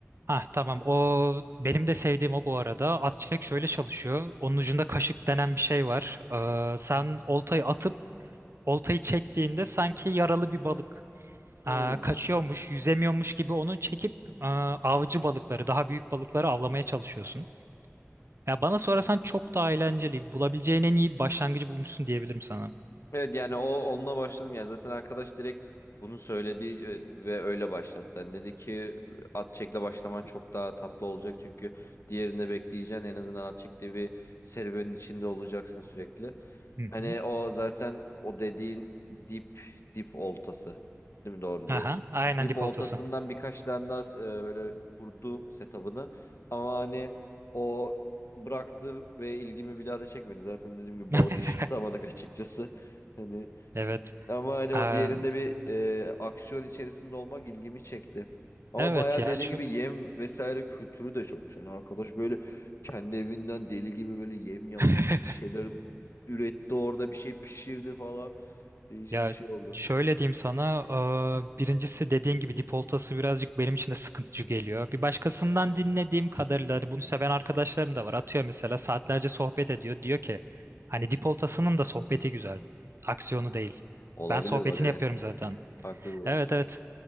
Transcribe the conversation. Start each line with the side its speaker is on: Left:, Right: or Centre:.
Right: Ha tamam o benim de sevdiğim o bu arada. At çek şöyle çalışıyor. Onun ucunda kaşık denen bir şey var. Ee, sen oltayı atıp oltayı çektiğinde sanki yaralı bir balık
Left: Hmm.
Right: ee, kaçıyormuş, yüzemiyormuş gibi onu çekip e, avcı balıkları, daha büyük balıkları avlamaya çalışıyorsun. Ya bana sorarsan çok daha eğlenceli. Bulabileceğin en iyi başlangıcı bulmuşsun diyebilirim sana.
Left: Evet yani o onunla başladım yani zaten arkadaş direkt bunu söyledi e, ve öyle başlattı. Yani dedi ki e, at çekle başlaman çok daha tatlı olacak çünkü diğerinde bekleyeceksin en azından at çektiği bir serüvenin içinde olacaksın sürekli.
Right: Hı
Left: Hani
Right: hı.
Left: o zaten o dediğin dip dip oltası değil mi doğru
Right: Aha,
Left: diyorum.
Right: aynen
Left: Dip
Right: dip
Left: oltasından
Right: oltası.
Left: birkaç tane daha e, böyle kurdu setup'ını ama hani o bıraktı ve ilgimi bir daha da çekmedi. Zaten dediğim gibi
Right: <laughs>
Left: balık hiç tutamadık açıkçası. Hani
Right: Evet.
Left: ama hani o
Right: Ee,
Left: diğerinde bir e, aksiyon içerisinde olmak ilgimi çekti. Ama
Right: evet
Left: bayağı
Right: ya
Left: dediğin
Right: çok.
Left: gibi yem vesaire kültürü de çokmuş. Hani arkadaş böyle kendi evinden deli gibi böyle yem yaptı,
Right: <laughs>
Left: bir şeyler üretti orada, bir şey pişirdi falan. Değişik
Right: Ya
Left: bir şey oldu.
Right: şöyle diyeyim sana, eee, birincisi dediğin gibi dipoltası birazcık benim için de sıkıntıcı geliyor. Bir başkasından dinlediğim kadarıyla hani bunu seven arkadaşlarım da var. Atıyor mesela saatlerce sohbet ediyor. Diyor ki hani dipoltasının da sohbeti güzel. Aksiyonu değil.
Left: Olabilir
Right: Ben sohbetini
Left: bak evet.
Right: yapıyorum zaten.
Left: <laughs> Farklı bir bakış.
Right: Evet evet.